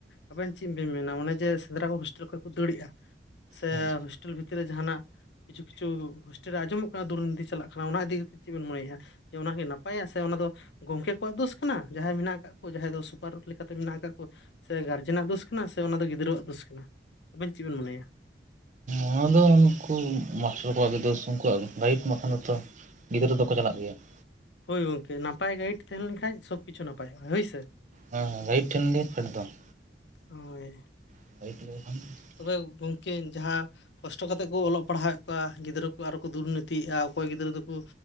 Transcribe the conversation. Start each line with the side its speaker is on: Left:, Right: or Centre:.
Left: ᱟᱵᱮᱱ ᱪᱮᱜ ᱵᱮᱱ ᱢᱮᱱᱟ ᱚᱱᱮ ᱡᱮ ᱥᱮᱸᱫᱽᱨᱟ ᱠᱚ ᱦᱳᱥᱴᱮᱞ ᱠᱷᱚᱡ ᱠᱚ ᱫᱟᱹᱲᱮᱜᱼᱟ ᱥᱮ
Right: ᱦᱮᱸ
Left: ᱦᱳᱥᱴᱮᱞ ᱵᱷᱤᱛᱤᱨ ᱨᱮ ᱡᱟᱦᱟᱱᱟᱜ ᱠᱤᱪᱷᱩ ᱠᱤᱪᱷᱩ ᱦᱳᱴᱮᱞ ᱨᱮ ᱟᱸᱡᱚᱢᱚᱜ ᱠᱟᱱᱟ ᱫᱩᱨᱱᱤᱛᱤ ᱪᱟᱞᱟᱜ ᱠᱟᱱᱟ ᱚᱱᱟ ᱤᱫᱤ ᱠᱟᱛᱮᱮᱫ ᱪᱮᱫ ᱵᱮᱱ ᱢᱚᱱᱮ ᱮᱜᱼᱟ? ᱡᱮ ᱚᱱᱟᱜᱮ ᱱᱟᱯᱟᱭᱟ ᱥᱮ ᱚᱱᱟ ᱫᱚ ᱜᱚᱢᱠᱮ ᱠᱚᱣᱟᱜ ᱫᱳᱥ ᱠᱟᱱᱟ? ᱡᱟᱦᱟᱸᱭ ᱢᱮᱱᱟᱜ ᱟᱠᱟᱟᱜ ᱠᱚ ᱡᱟᱦᱟᱸᱭ ᱫᱚ ᱥᱩᱯᱟᱨ ᱞᱮᱠᱟᱛᱮ ᱢᱮᱱᱟᱜ ᱟᱠᱟᱫ ᱠᱚ ᱥᱮ ᱜᱟᱨᱡᱮᱱᱟᱜ ᱫᱳᱥ ᱠᱟᱱᱟ ᱥᱮ ᱚᱱᱟ ᱫᱚ ᱜᱤᱫᱽᱨᱟᱹᱣᱟᱜ ᱫᱳᱥ ᱠᱟᱱᱟ ᱟᱵᱮᱱ ᱪᱮᱫ ᱵᱮᱱ ᱢᱚᱱᱮᱭᱟ?
Right: ᱚᱱᱟ ᱫᱚ ᱱᱩᱠᱩ ᱢᱟᱥᱴᱟᱨ ᱠᱚᱣᱟᱜ ᱜᱮ ᱫᱳᱥ ᱩᱱᱠᱩᱣᱟᱜ ᱜᱟᱭᱤᱯ ᱢᱟᱠᱷᱟᱱ ᱫᱚᱛᱚ ᱜᱤᱫᱽᱨᱟᱹ ᱫᱚᱠᱚ ᱪᱟᱞᱟᱜ ᱜᱮᱭᱟ ᱾
Left: ᱦᱳᱭ ᱜᱚᱝᱠᱮ ᱱᱟᱯᱟᱭ ᱜᱟᱭᱤᱰ ᱛᱟᱦᱮᱸ ᱞᱮᱱᱠᱷᱟᱡ ᱥᱚᱵ ᱠᱤᱪᱷᱩ ᱱᱟᱯᱟᱭᱚᱜᱼᱟ ᱦᱳᱭ ᱥᱮ?
Right: ᱦᱮᱸ ᱦᱮᱸ ᱜᱟᱭᱤᱴ ᱴᱷᱮᱱ ᱜᱮ ᱯᱷᱮᱰ ᱫᱚ ᱾
Left: ᱳᱭᱻ
Right: <unintelligible>
Left: ᱛᱚᱵᱮ ᱜᱚᱢᱠᱮ ᱡᱟᱦᱟ ᱠᱚᱥᱴᱚ ᱠᱟᱛᱮᱜ ᱠᱚ ᱚᱞᱚᱜ ᱯᱟᱲᱦᱟᱣᱮᱫ ᱠᱚᱣᱟ ᱜᱤᱫᱽᱨᱟᱹ ᱠᱚ ᱟᱨᱚ ᱠᱚ ᱫᱩᱨᱱᱤᱛᱤᱭᱮᱜᱼᱟ ᱚᱠᱚᱭ ᱜᱤᱫᱽᱨᱟᱹ ᱫᱚᱠᱚ